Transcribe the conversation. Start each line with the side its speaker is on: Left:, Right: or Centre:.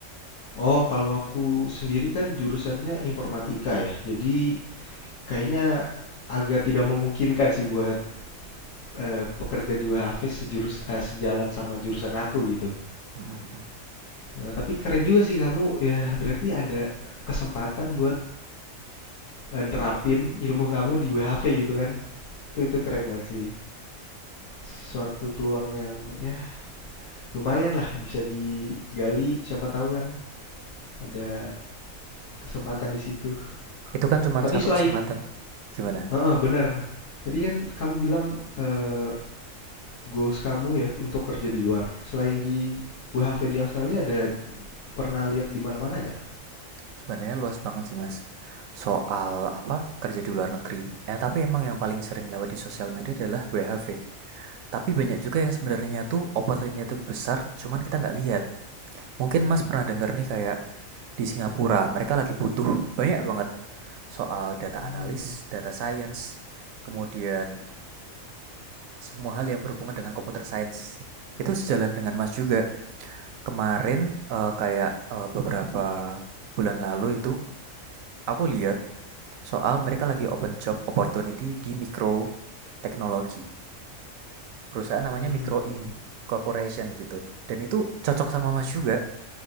Left: Oh kalau aku sendiri kan jurusannya informatika ya. Jadi kayaknya agak tidak memungkinkan sih buat eh, pekerjaan di WHV sejurus eh, sejalan sama jurusan aku gitu.
Right: Mm, mm, mm.
Left: Eh, tapi keren juga sih kamu ya berarti ada kesempatan buat eh, nerapin ilmu kamu di WHV gitu kan. Itu itu keren banget sih. suatu peluang yang ya lumayan lah bisa digali siapa tahu kan ada kesempatan di situ
Right: Itu kan cuma
Left: tapi
Right: satu
Left: selain
Right: kesempatan. Gimana?
Left: Heeh, benar tadi kan kamu bilang eh, goals kamu ya untuk kerja di luar selain di WHV di Australia ada pernah lihat di mana-mana gak?
Right: Sebenarnya luas banget sih Mas, soal apa, kerja di luar negeri. Ya tapi emang yang paling sering lewat di sosial media adalah WHV. Tapi banyak juga yang sebenarnya tuh opportunity-nya tuh besar, cuman kita nggak lihat. Mungkin Mas pernah denger nih kayak di Singapura, mereka lagi butuh banyak banget soal data
Left: Hmm,
Right: analis, data science, kemudian semua hal yang berhubungan dengan computer science. Itu sejalan dengan Mas juga. Kemarin eh, kayak eh, beberapa bulan lalu itu aku lihat Soal mereka lagi open job opportunity di mikro teknologi. Perusahaan namanya
Left: hmm,
Right: Micro Inc. Corporation gitu. Dan itu cocok sama Mas juga.